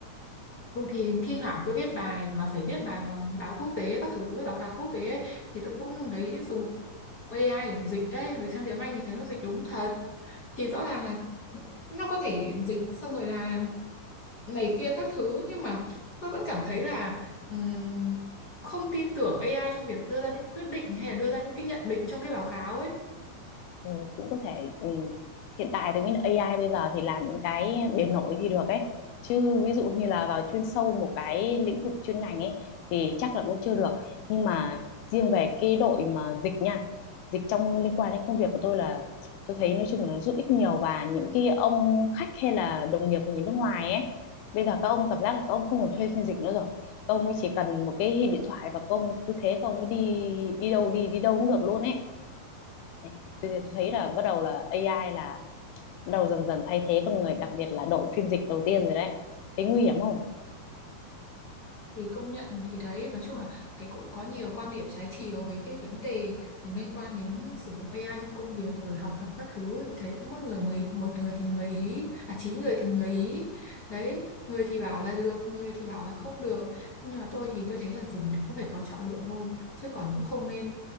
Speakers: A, on the left (about 40°); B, on the left (about 80°).
A: Ừ, thì thi thoảng tôi viết bài mà phải viết bài bằng báo quốc tế các thứ với báo cáo quốc tế ấy, thì tôi cũng lấy dùng AI để dịch đấy dịch sang tiếng Anh thì thấy nó dịch đúng thật thì rõ ràng là nó có thể dịch xong rồi là này kia các thứ nhưng mà tôi vẫn cảm thấy là ừm, không tin tưởng AI trong việc đưa ra những quyết định hay là đưa ra những cái nhận định trong cái báo cáo ấy
B: ừ, cũng có thể ừ. hiện tại tôi nghĩ là AI bây giờ thì làm những cái bề nổi thì được ấy chứ ví dụ như là vào chuyên sâu một cái lĩnh vực chuyên ngành ấy thì chắc là cũng chưa được nhưng mà riêng về cái đội mà dịch nha dịch trong liên quan đến công việc của tôi là tôi thấy nói chung là nó giúp ích nhiều và những cái ông khách hay là đồng nghiệp người nước ngoài ấy bây giờ các ông cảm giác là các ông không còn thuê phiên dịch nữa rồi các ông ấy chỉ cần một cái điện thoại và các ông ấy cứ thế các ông ấy đi đi đâu đi đi đâu cũng được luôn ấy Đấy. Tôi, tôi thấy là bắt đầu là AI là bắt đầu dần dần thay thế con người đặc biệt là đội phiên dịch đầu tiên rồi đấy thấy nguy hiểm không
A: thì công nhận thì đấy nói chung là thấy cũng có nhiều quan điểm trái chiều về cái vấn đề liên quan đến sử dụng AI trong công việc rồi học tập các thứ thì thấy mỗi người mười một người thì mười ý à chín người thì mười ý đấy người thì bảo là được người thì bảo là không được nhưng mà tôi thì tôi thấy là dùng thì cũng phải có chọn lựa thôi chứ còn cũng không nên